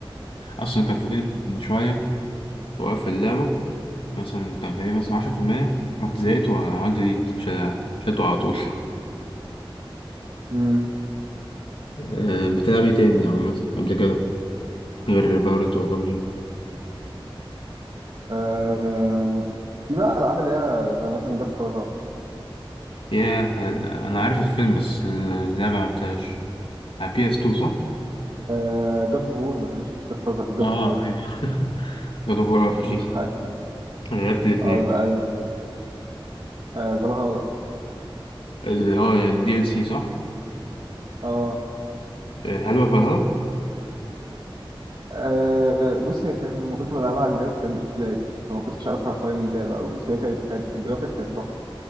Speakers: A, on the left; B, on the right.
A: أصلا كان فاضل شوية وقفل اللعبة مثلا كان فيه مثلا عشرة في المية رحت زهقت وعملت ديليت شل- شلته على طول
B: امم
A: أه بتلعبي تاني عامة قبل كده غير فالورنت ولا ببجي
B: آه في بقى العاب اللي هي زي مثلا جود فازر
A: ياه أنا عارف الفيلم بس اللعبة ملعبتهاش على بي اس 2 صح؟
B: آه جود اوف وور معلش مش جود فازر جود
A: اه
B: اوف وور
A: أيوة. <laughs> جاد اوف وار فشيخ
B: مش حاجه اه
A: أنا لعبت الاتنين
B: آه، آه، فالهالا
A: ال اه الدي ال سي صح؟
B: اه
A: أه، هل هو فالهالا؟
B: آه، بص هي كان لما كنت بلعبها على الجهاز كانت بتلاج فما كنتش عارفها قوائم اللعبه أوي بس هي كانت كانت الجرافيك كانت تحفه